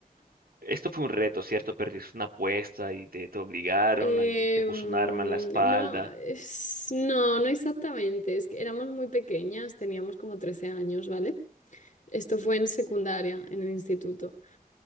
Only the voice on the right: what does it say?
Esto fue un reto, ¿cierto? Perdiste una apuesta y te, te obligaron,
alguien te puso un arma en la espalda.